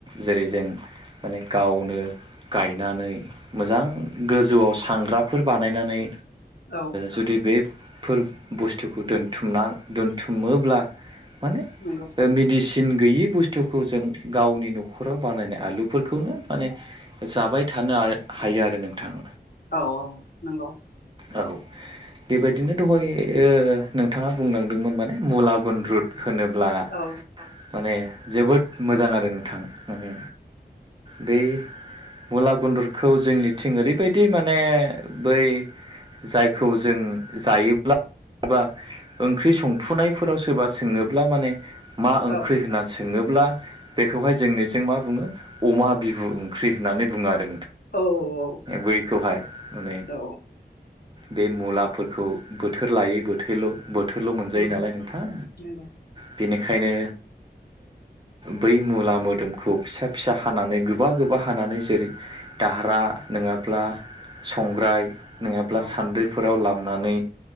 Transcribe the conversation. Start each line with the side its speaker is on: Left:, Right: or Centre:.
Right: जेरै जों माने गावनो गायनानै मोजां गोजौआव सांग्राफोर बानायनानै
Left: औ
Right: जुदि बेफोर बुस्थुखौ दोनथुमना दोनथुमोब्ला माने
Left: नंगौ
Right: मेडिसिन गैयि बुस्थुखौ जों गावनि न'खराव बानायनाय आलुफोरखौनो माने जाबाय थानो हायो आरो नोंथां।
Left: औ औ नंगौ
Right: औ बेबायदिनो दहाय नोंथाङा बुंलांदोंमोन माने मुला गुनरुद होनोब्ला
Left: औ
Right: माने जोबोद मोजां आरो नोंथाङा माने बै मुला गुन्दुरखौ जोंनिथिं ओरैबायदि माने बै जायखौ जों जायोब्ला सोरबा ओंख्रि संफुनायफोराव सोरबा सोङोब्ला माने मा ओंख्रि
Left: औ
Right: होननानै सोङोब्ला बेखौहाय जोंनिथिजों मा बुङो अमा बिबुओंख्रि होननानै बुङो आरो
Left: औ औ
Right: बैखौहाय माने
Left: औ
Right: बे मुलाफोरखौ बोथोर लायै बोथोरल' बोथोर बोथोरल' मोनजायो
Left: उम
Right: नालाय नोंथां
Left: नंगौ
Right: बेनिखायनो बै मुला मोदोमखौ फिसा फिसा हानानै गोबा गोबा हानानै जेरै दाहारा नङाब्ला संग्राय नङा ब्ला
Left: औ
Right: सान्द्रिफोराव लामनानै